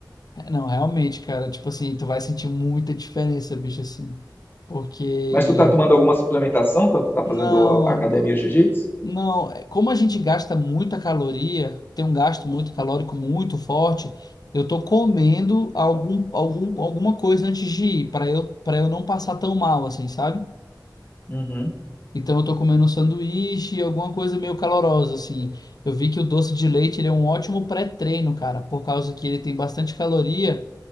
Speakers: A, on the left (about 60°); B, on the left (about 30°).
A: É, Não, realmente, cara, tipo assim, tu vai sentir muita diferença, bicho, assim. Porque,
B: Mas tu tá tomando alguma suplementação quando tu tá fazendo
A: não,
B: academia
A: pô,
B: jiu-jitsu?
A: não, é, como a gente gasta muita caloria, tem um gasto muito calórico muito forte, eu tô comendo algum, algum, alguma coisa antes de ir, para eu, para eu não passar tão mal, assim, sabe?
B: Uhum.
A: Então eu tô comendo um sanduíche, alguma coisa meio calorosa, assim. Eu vi que o doce de leite, ele é um ótimo pré-treino, cara, por causa que ele tem bastante caloria.